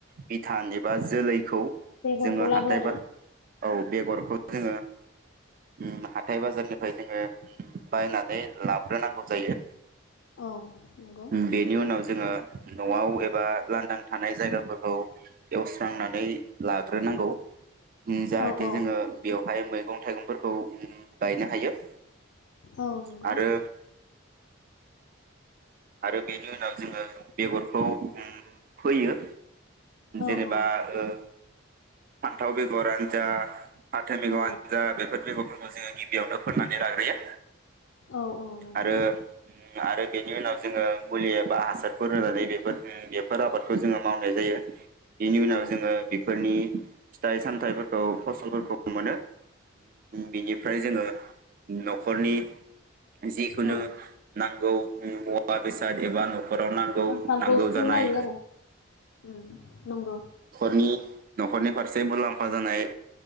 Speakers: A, on the right (about 45°); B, on the left (about 70°).
A: बिथान एबा जोलैखौ
B: बेगरखौ
A: जोङो
B: लाबो
A: हाथाय
B: आरो
A: बाजाराव औ बेगरखौ जोङो उम हाथाय बाजारनिफ्राय जोङो बायनानै लाग्रोनांगौ जायो।
B: औ नंगौ
A: बेनि उनाव जोङो नआव एबा लांदां थानाय जायगाफोरखौ एवस्रांनानै लाग्रोनांगौ
B: औ
A: जाहाथे
B: औ
A: जोङो बेयाव हाय मैगं थाइगंफोरखौ गायनो हायो।
B: औ नंगौ।
A: आरो आरो बेनि उनाव जोङो बेगरखौ उम फोयो
B: औ
A: जेनेबा
B: औ
A: ओ फानथाव बेगरथ आनो जा फाथो मैगंआनो
B: औ
A: जा बेफोर बेगरफोर खौ‌ जोङो गिबियावनो फोनानै लाग्रोयो
B: औ औ नंगौ
A: आरो उम आरो बेनि उनाव जोङो मुलि एबा हासारफोर होनानै बेफोर बेफोर आबादखौ जोङो मावनाय जायो। बेनि उनाव
B: औ
A: जोङो बेफोरनि फिथाइ सामथाइफोरखौ फसलफोरखौ मोनो बिनिफ्राय जोङो नखरनि जिखुनु
B: औ
A: नांगौ <unintelligible> मुवा बेसाद एबा न खराव नांगौ
B: आंखालखौ
A: नांगौ
B: सुफुंनो
A: जानाय
B: हायो आरो उम नंगौ
A: नि नखरनि फारसे मुलाम्फा जानाय